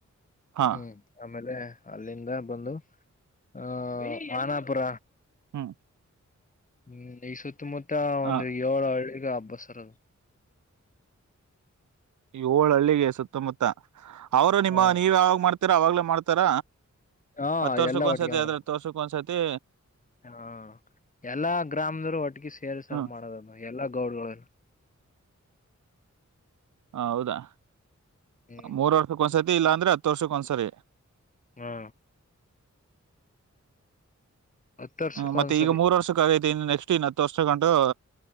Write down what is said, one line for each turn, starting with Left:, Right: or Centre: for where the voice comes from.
Right: ಹಾ.
Left: ಹ್ಮ್ ಆಮೇಲೆ ಅಲ್ಲಿಂದ ಬಂದು ಆ ಆನಪುರ.
Right: ಹ್ಮ್.
Left: ಹ್ಮ್ ಈ ಸುತ್ತಮುತ್ತ
Right: ಹ
Left: ಒಂದು ಏಳು ಹಳ್ಳಿ. ಅಬ್ಬಸರದು.
Right: ಏಳ ಹಳ್ಳಿಗೆ ಸುತ್ತಮುತ್ತ ಅವರು ನಿಮ್ಮ
Left: ಹ
Right: ನೀವ ಯಾವಾಗ ಮಾಡ್ತೀರ ಅವಾಗ್ಲ ಮಾಡ್ತಾರ.
Left: ಹಾ
Right: ಹತ್ತು ವರ್ಷಕ್ಕ
Left: ಎಲ್ಲ
Right: ಒಂದ್ಸತಿ
Left: ಒಟ್ಟಿಗೆ ಮಾಡುದು
Right: ಆದ್ರ ಹತ್ತು ವರ್ಷಕ್ಕ ಒಂದ್ಸತಿ.
Left: ಹಾ ಎಲ್ಲಾ ಗ್ರಾಮದವರು ಒಟ್ಟಗಿ ಸೇರ್ ಸರ್
Right: ಹ್ಮ್
Left: ಮಾಡೋದದು ಎಲ್ಲಾ ಗೌಡ್ಗಳುಲ್ಲ.
Right: ಹೌದಾ
Left: ಹ್ಮ್
Right: ಮೂರ್ ವರ್ಷಕ್ಕ ಒಂದ್ಸತಿ ಇಲ್ಲಾ ಅಂದ್ರೆ ಹತ್ತು ವರ್ಷಕ್ಕ ಒಂದ್ಸರಿ.
Left: ಹಾ ಹತ್ತು ವರ್ಷಕ್ಕ
Right: ಹ್ಮ್ ಮತ್ತೆ
Left: ಒಂದ್ಸತಿ
Right: ಈಗ ಮೂರ್ ವರ್ಷಕ್ಕ ಆಗೈತೆ ಇನ್ ನೆಕ್ಸ್ಟ್ ಇನ್ ಹತ್ತು ವರ್ಷಗಂಟು.